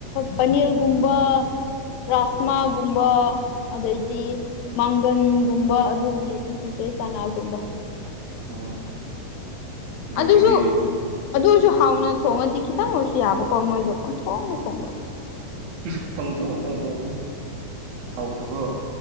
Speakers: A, on the left (about 80°); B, on the right (about 75°).
A: ꯄꯅꯤꯔꯒꯨꯝꯕ ꯔꯥꯁꯃꯥꯒꯨꯝꯕ ꯑꯗꯩꯗꯤ
B: ꯑꯣ
A: ꯃꯥꯡꯒꯟꯒꯨꯝꯕ ꯑꯗꯨꯒꯨꯝꯕ ꯗꯨꯝ ꯄꯤꯖꯩ ꯆꯅꯥꯒꯨꯝꯕ
B: ꯑꯣ ꯑꯗꯨ
A: ꯑꯗꯨꯁꯨ
B: ꯑꯣꯏꯔꯗꯤ
A: ꯑꯗꯨꯔꯁꯨ
B: ꯎꯝ
A: ꯍꯥꯎꯅ ꯊꯣꯡꯉꯗꯤ ꯈꯤꯇꯪ ꯑꯣꯏꯔꯁꯨ ꯌꯥꯕꯀꯣ ꯃꯣꯏꯗꯣ ꯄꯪꯊꯣꯡꯗ ꯊꯣꯡꯕ
B: <unintelligible> ꯄꯪꯊꯣꯡꯇ ꯊꯣꯡꯕ ꯍꯥꯎꯇꯕ꯭ꯔꯣ